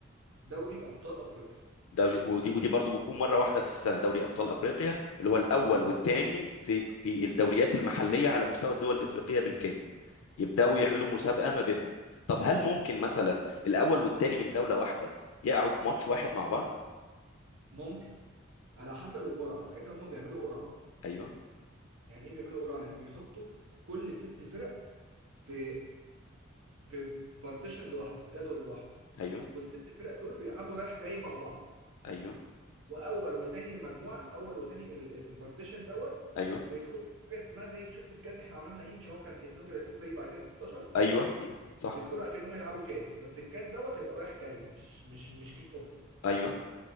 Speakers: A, on the right; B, on the left.
A: دوري ابطال افريقيا
B: دوري ودي ودي برضو بتكون مره واحده في السنه دوري ابطال افريقيا اللي هو الاول
A: بالظبط
B: والثاني في في الدوريات المحليه على مستوى الدول الافريقيه بالكامل يبداوا
A: بالظبط
B: يعملوا مسابقه ما بينهم طب هل ممكن مثلا الاول والثاني من دوله واحده يقعوا في ماتش واحد مع بعض
A: ممكن على حسب القرعه ساعتها هم بيعملوا قرعه
B: ايوه
A: يعني ايه بيعملوا قرعه يعني بيحطوا كل ست فرق في في بارتيشن لوحده في جدول لوحده
B: ايوه
A: والست فرق دول بيلعبوا رايح جاي مع بعض
B: ايوه
A: واول وتاني المجموعه اول وتاني ال- البارتيشن دوت
B: ايوه
A: بيدخلوا في حاجه اسمها زي شفت الكاس احنا عملنا ايه مش هو كان 32 فريق بعد كده 16
B: ايوه ايوه صح
A: بيدخلوا اكنهم هيلعبوا كاس بس الكاس دوت هيبقى رايح جاي مش مش مش كيك اوف
B: ايوه